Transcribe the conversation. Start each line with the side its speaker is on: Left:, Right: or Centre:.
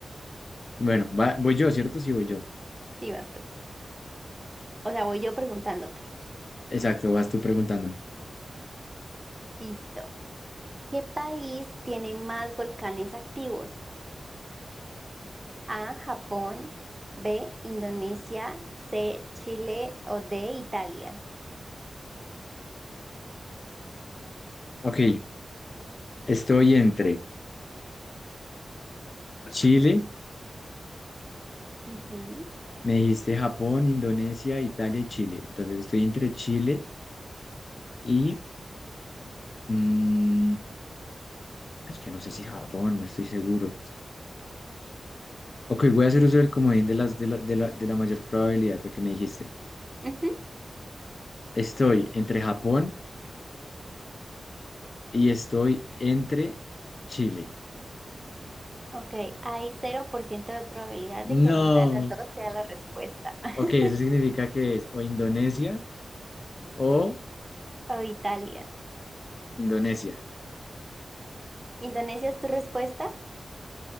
Left: Bueno, va- voy yo, ¿cierto? Sí, voy yo.
Right: Sí, vas tú. O sea, voy yo preguntándote.
Left: Exacto, vas tú preguntándome.
Right: Listo. ¿Qué país tiene más volcanes activos? A, Japón, B, Indonesia, C, Chile o D, Italia.
Left: Ok, estoy entre Chile,
Right: Ujú.
Left: me dijiste Japón, Indonesia, Italia y Chile. Entonces estoy entre Chile y... mm, es que no sé si Japón, no estoy seguro. Ok, voy a hacer uso del comodín de las de la, de la, de la mayor probabilidad, lo que me dijiste.
Right: <laughs>
Left: Estoy entre Japón y estoy entre Chile.
Right: Ok, hay cero por ciento de probabilidad
Left: No.
Right: de que alguna de las dos sea la respuesta. <laughs>
Left: Ok, eso significa que es o Indonesia o
Right: O Italia.
Left: Indonesia.
Right: Indonesia es tu respuesta,